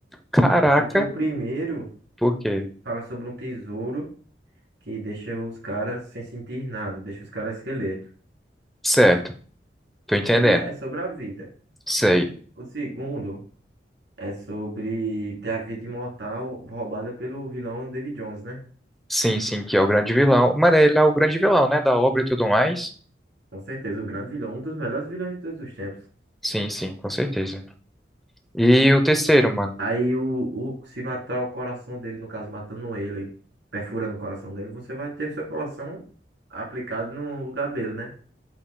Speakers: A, in the centre; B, on the right (about 85°).
A: Caraca,
B: Porque o primeiro
A: por quê?
B: fala sobre um tesouro. que deixa os caras sem sentir nada, deixa os caras esqueleto.
A: Certo, tô entendendo.
B: Esse dia é sobre a vida.
A: Sei.
B: O segundo é sobre ter a vida imortal roubada pelo vilão David Jones, né?
A: Sim, sim, que é o grande vilão. Mano, ele é o grande vilão, né? Da obra e tudo mais.
B: Com certeza, o grande vilão, um dos melhores vilões de todos os tempos.
A: Sim, sim, com certeza. E o terceiro, mano.
B: Aí o, o- se matar o coração dele, no caso, matando ele, perfurando o coração dele, você vai ter o seu coração aplicado no lugar dele, né?